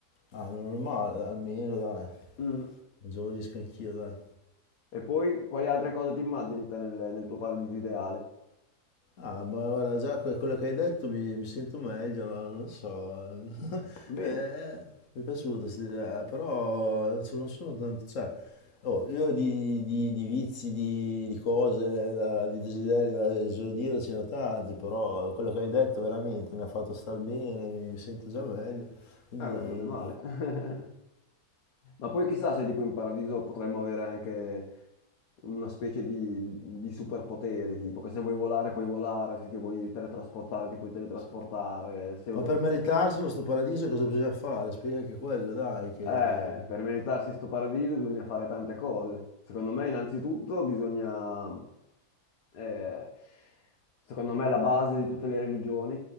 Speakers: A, on the left (about 55°); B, on the left (about 85°).
A: Ah, non è male, dai, almeno dai,
B: Mm.
A: giovanisco anch'io, dai.
B: E poi quali altre cose ti immagini te nel, nel tuo paradiso ideale?
A: Ah, ma guarda, già que- quello che hai detto mi, mi sento meglio, no? Non lo so. <laughs>
B: Bene,
A: Eh, mi è piaciuta questa idea, però so- non sono tanto... Cioè, oh, io di, di- di vizi, di, di cose, da- di desideri da esaudire ce ne ho tanti, però quello che hai detto veramente mi ha fatto star bene, mi, mi sento già meglio. Quindi,
B: eh beh, non è male. <laughs> Ma poi chissà se tipo in paradiso potremmo avere anche una specie di, di- di superpoteri, tipo che se vuoi volare puoi volare, se ti vuoi teletrasportare ti puoi teletrasportare.
A: sì.
B: se vuoi-
A: Ma per meritarselo, sto paradiso, cosa bisogna fare? Spiega anche quello, dai, che...
B: Eh, per meritarsi sto paradiso bisogna fare tante cose. Secondo me innanzitutto bisogna eh, secondo me è la base di tutte le religioni,